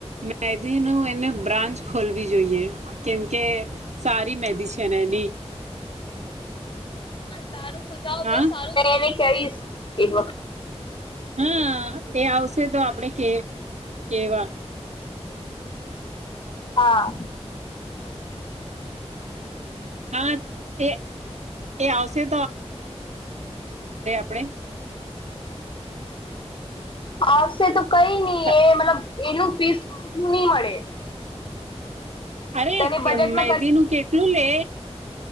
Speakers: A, on the right; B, on the left.
A: મેંદીનું એને બ્રાન્ચ ખોલવી જોઈએ, કેમકે સારી મેંદી છે ને એની.
B: તારું સુજાવો
A: હા
B: બહુ સારું <unintelligible> કેઈસ એક વખત.
A: હા એ આવ સે તો આપણેે કે. કેવા.
B: હા.
A: હા એ એ આવશે આપણે
B: આવશે તો કઈ નહી
A: આપડે
B: એ મતલબ એનું <unintelligible> નહી મળે.
A: અરે
B: તને
A: કે
B: બજેટમાં
A: મેંદીનું કેટલું લે?